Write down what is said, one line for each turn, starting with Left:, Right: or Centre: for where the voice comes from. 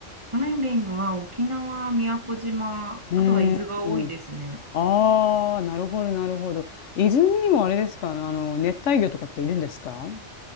Right: ダイビングは沖縄、宮古島、
Left: うー
Right: あとは伊豆が多いですね。
Left: ん。ああ、なるほど、なるほど。泉にもあれですかあの、あの熱帯魚とかっているんですか